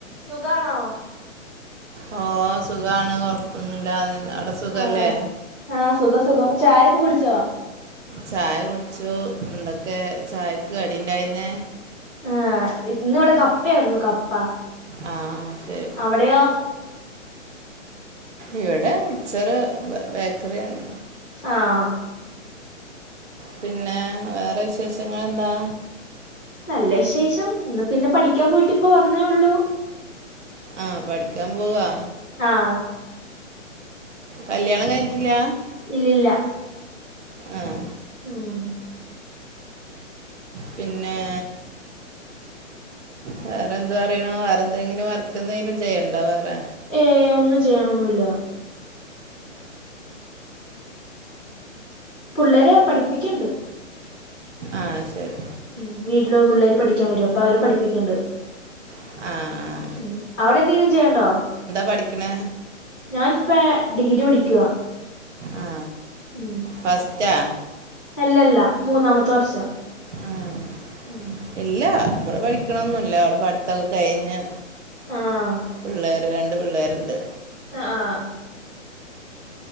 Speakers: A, in the centre; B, on the right.
A: സുഖാണോ
B: ഓ സുഖാണ് കൊഴപ്പൊന്നുമില്ല അവിടെ സുഖല്ലേ
A: ആഹ് ആഹ് സുഖം സുഖം ചായൊക്കെ കുടിച്ചോ
B: ചായ കുടിച്ചു എന്തൊക്കെ ചായക്ക് കടിയുണ്ടായിന്നേ
A: ഏഹ് ഇന്ന് ഇവിടെ കപ്പയായിരുന്നു കപ്പ
B: ആ ശരി
A: അവിടെയോ
B: ഇവിടെ മിച്ചർ ബേക്കറിയാണ്
A: ആഹ്
B: പിന്നെ വേറെ വിശേഷങ്ങളെന്താ
A: നല്ല വിശേഷം ഇന്ന് പിന്നെ പഠിക്കാൻ പോയിട്ട് ഇപ്പം വന്നേള്ളൂ
B: ആഹ് പഠിക്കാൻ പോവാ
A: ആഹ്
B: കല്ല്യാണം കഴിഞ്ഞിട്ടില്ല
A: ഇല്ലില്ല
B: ആഹ്
A: ഉം
B: പിന്നേ വേറെന്ത് പറയണൂ വേറെന്തെങ്കിലും വർക്കെന്തെങ്കിലും ചെയ്യ്ണ്ടോ വേറെ
A: ഏ ഒന്നും ചെയ്യിണൊന്നുല്ല പുള്ളേരെ പഠിപ്പിക്ക്ണ്ട്
B: ആഹ് ശെരി
A: ഉം വീട്ടില് പുള്ളേര് പഠിക്കാൻ വരും അപ്പൊ അവരെ പഠിപ്പിക്ക്ണ്ട്
B: ആഹ് ആഹ്
A: ഉം അവിടെ എന്തെങ്കിലും ചെയ്യാണ്ടോ
B: പഠിക്കണേ
A: ഞാനിപ്പേ ഡിഗ്രി പടിക്കുവാ
B: ആ
A: ഉം
B: ഫസ്റ്റാ
A: അല്ലല്ല മൂന്നാമത്തെ വർഷാ
B: ആ
A: ഉം
B: ഇല്ല ഇവടെ പഠിക്കണൊന്നുല്ല ഇവടെ പഠിത്തൊക്കെ കഴിഞ്ഞ്
A: ആഹ്
B: പിള്ളേര് രണ്ട് പിള്ളേരുണ്ട്
A: ആഹ് ആഹ്